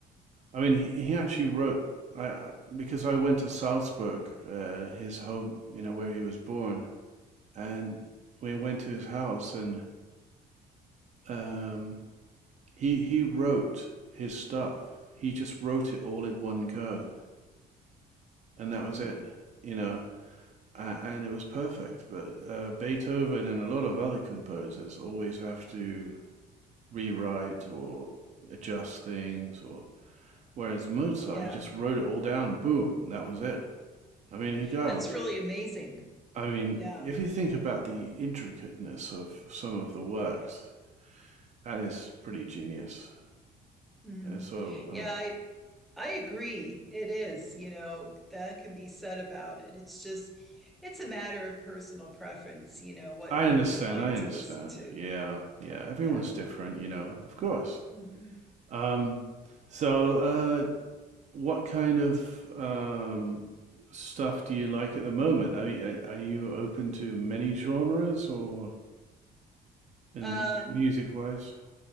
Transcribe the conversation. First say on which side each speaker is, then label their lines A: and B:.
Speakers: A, on the right; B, in the centre.
A: I mean, he, he actually wrote I, I because I went to Salzburg, uh, his home, you know, where he was born, and we went to his house and um, he he wrote his stuff. He just wrote it all in one go, and that was
B: Hmm.
A: it. You know, uh, and it was perfect. But uh, Beethoven and a lot of other composers always have to rewrite or adjust things, or whereas Mozart,
B: Yeah,
A: he just wrote it all down and boom, and that was it. I mean, the guy
B: that's
A: was.
B: really amazing.
A: I mean,
B: Yeah.
A: if you think about the intricateness of some of the works, that is pretty genius.
B: hmm
A: Uh, So, uh,
B: Yeah, I, I agree. It is, you know, that can be said about it. It's just it's a matter of personal preference, you know, what
A: I
B: what
A: understand,
B: you like
A: I
B: to
A: understand.
B: listen to.
A: Yeah, yeah, everyone's
B: Yeah.
A: different, you know, of course.
B: hmm
A: Um, so, uh, what kind of um, stuff do you like at the moment? Are, y- are, you open to many genres or in
B: Um
A: music music wise?